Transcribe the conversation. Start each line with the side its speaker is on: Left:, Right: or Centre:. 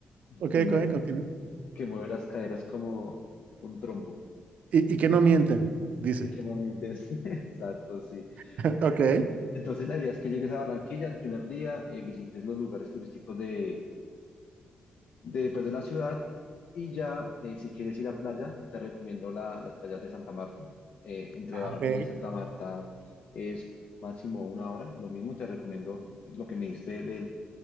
Right: ok,
Left: que mueve,
Right: ok, continúa.
Left: que mueve las caderas como un trompo
Right: Y, y que no mienten, dice.
Left: y que no miente. <laughs> Exacto, sí.
Right: <laughs> Ok.
Left: En- Entonces la idea es que llegues a Barranquilla el primer día, eh, visites los lugares turísticos de, de, pues, de la ciudad y ya eh, si quieres ir a playa, te recomiendo la- las playas de Santa Marta. Eh, entre
Right: Ah,
Left: Barranquilla
Right: ok.
Left: y Santa Marta es máximo una hora. Lo mismo te recomiendo lo que me diste